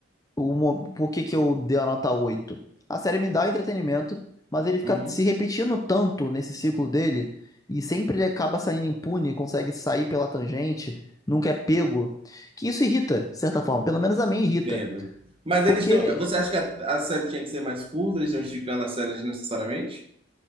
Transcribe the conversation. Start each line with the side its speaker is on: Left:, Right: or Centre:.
Left: O, mo- por que que eu dei a nota 8? A série me dá entretenimento, mas ele fica
Right: Uhum.
Left: se repetindo tanto nesse ciclo dele, e sempre ele acaba saindo impune, consegue sair pela tangente, nunca é pego, que isso irrita, de certa forma. Pelo menos a mim irrita.
Right: Entendo. Mas
Left: Porque
Right: eles estão.
Left: ele,
Right: Você acha que a, a série tinha que ser mais curta? Eles estão esticando a série desnecessariamente?